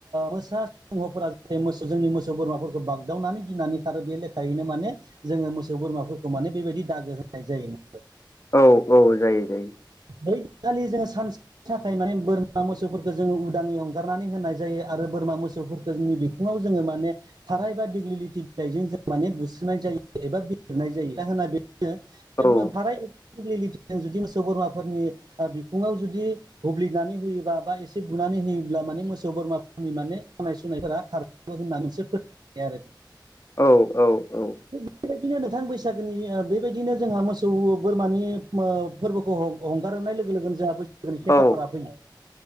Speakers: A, on the right; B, on the left.
A: मोसा सिंहफोरा जाहाथे मोसौ जोंनि मोसौ बोरमाफोरखौ बाग्दावनानै गिनानै खारो बे लेखायैनो माने जोङो मोसौ बोरमाफोरखौ माने बेबायदि दागो होनाय जायो
B: औ औ जायो जायो
A: बैखालि जोङो सानसे नि थाखाय माने बोरमा मोसौफोरखौ जोङो उदाङै हंगारनानै होनाय जायो आरो बोरमा मोसौफोरखौ जोंनि बि फुङाव जोङो माने थाराइ बा दिेग्लिटि बिलाइजों जों माने बुस्रिनाय जायो एबा बिलिरनाय जायो जाहोना बेनो
B: औ
A: थाराइ दिग्लिलिथिजों जुदि मोसौ बोरमाफोरनि बिखुङाव जुदि हुुब्लिनानै होयोबा बा एसे बुनानै होयोब्ला माने मोसौ बोरमाफोरनि माने सानाय सुनायफोरा खार होनना मोनसे फोथायनाय आरो बियो
B: औ औ औ
A: बेबायदिनो नोंथां बैसागोनि बेबायदिनो जोंहा मोसौ बोरमानि फोरबोखौ हंगार होननाय लोगो लोगोनो जोंहा बैसागोनि से
B: औ
A: खालारा फैयो